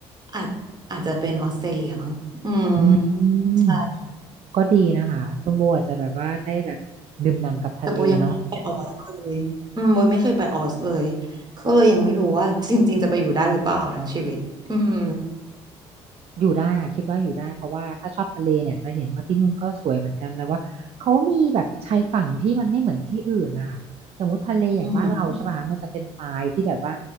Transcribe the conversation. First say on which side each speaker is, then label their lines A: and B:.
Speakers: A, on the right (about 30°); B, on the right (about 45°).
A: อาจอาจจะเป็นออสเตรเลียมั้งอืม
B: อื
A: ใช่
B: มก็ดีนะคะคุณโบอาจจะแบบว่าได้แบบดื่มด่ำกับทะเลเนาะ
A: แต่โบยังไม่เคยไปออสเลยอืมโบไม่เคยไปออสเลยก็เลยยังไม่รู้ว่าจริงๆจะไปอยู่ได้หรือเปล่าทั้งชีวิตอืม
B: อยู่ได้อะคิดว่าอยู่ได้เพราะว่าถ้าชอบทะเลเนี่ยจะเห็นว่าที่นู่นก็สวยเหมือนกันแล้วว่าเขามีแบบชายฝั่งที่มันไม่เหมือนที่อื่นนะคะสมมติทะเลอย่างบ้านเราใช่ป่ะคะมันจะเป็นทรายที่แบบว่า
A: อือหือ